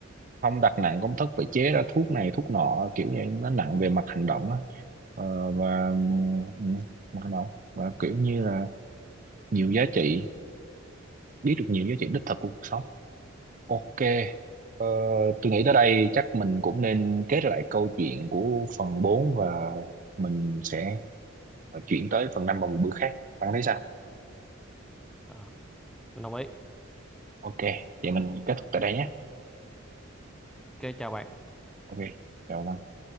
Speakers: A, on the right (about 40°); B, in the centre.
A: không đặt nặng công thức phải chế ra thuốc này thuốc nọ kiểu như nó nặng về mặt hành động á Ờ, và ừ, mặt hành động và kiểu như là nhiều giá trị biết được nhiều giá trị đích thực của cuộc sống ok ờ, tôi nghĩ tới đây chắc mình cũng nên kết lại câu chuyện của phần bốn và mình sẽ ờ, chuyển tới phần 5 vào một bữa khác bạn thấy sao
B: Ờ, mình đồng ý
A: ok vậy mình kết thúc tại đây nhé
B: ok chào bạn
A: ok chào bạn